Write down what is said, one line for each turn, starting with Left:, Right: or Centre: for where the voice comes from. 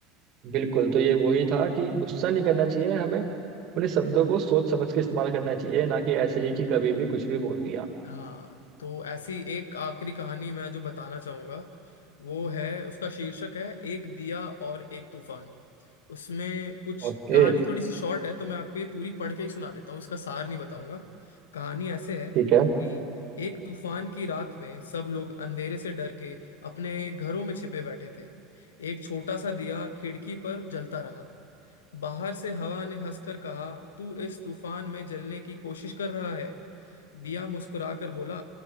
Right: बिल्कुल तो ये वही था कि गुस्सा नहीं करना चाहिए हमें अपने शब्दों को सोच समझ के इस्तेमाल करना चाहिए ना कि ऐसे ही कि कभी भी कुछ भी बोल दिया
Left: हाँ तो ऐसी एक आखिरी कहानी मैं जो बताना चाहूंगा वो है उसका शीर्षक है एक दिया और एक तूफान उसमें कुछ
Right: ओके
Left: कहानी थोड़ी सी शॉर्ट है तो मैं आपको ये पूरी पढ़ के ही सुना देता हूँ इसका सार नहीं बताऊंगा कहानी ऐसे है
Right: ठीक है
Left: कि एक तूफान की रात में सब लोग अंधेरे से डर के अपने घरों में छिपे बैठे थे एक छोटा सा दिया खिड़की पर जलता रहा बाहर से हवा ने हंसकर कहा तू इस तूफान में जलने की कोशिश कर रहा है दिया मुस्कुराकर बोला